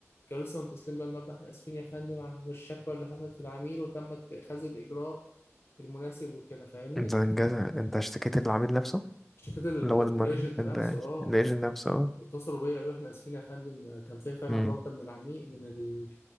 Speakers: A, on the left; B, in the centre.
A: كانوا لسه متصلين بيا النهارده احنا اسفين يا فندم عن الشكوى اللي حصلت في العميل وتم اتخاذ الاجراء المناسب وكده فاهمني
B: انت انجاز انت اشتكيت العميل نفسه
A: اشتكيت ال-
B: اللي هو
A: الايجنت
B: الم... ال-
A: نفسه اه
B: الايجنت نفسه اه
A: واتصلوا بيا قالوا احنا اسفين يا فندم كان في فعلا
B: مم.
A: غلطة من العميل من ال...